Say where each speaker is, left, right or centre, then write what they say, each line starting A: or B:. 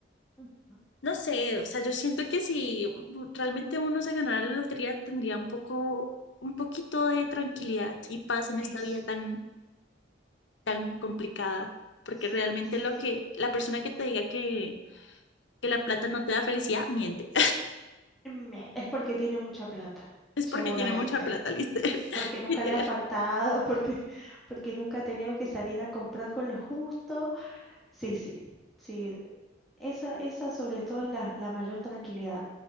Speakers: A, in the centre; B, on the left.
A: ujú,
B: No sé, o sea, yo siento que si realmente uno se ganara la lotería tendría un poco, un poquito de tranquilidad y paz en
A: Eso.
B: esta vida tan, tan complicada, porque
A: Sí,
B: realmente
A: sí,
B: lo
A: sí.
B: que, la persona que te diga que, que la plata no te da felicidad, miente,
A: Me- Es porque tiene mucha plata,
B: <laughs> es
A: seguramente.
B: porque tiene mucha plata, literal.
A: Porque
B: <laughs>
A: nunca
B: literal.
A: le ha faltado, <laughs> porque, porque nunca ha tenido que salir a comprar con lo justo. Sí, sí, sí. Esa, esa sobre todo es la, la mayor tranquilidad.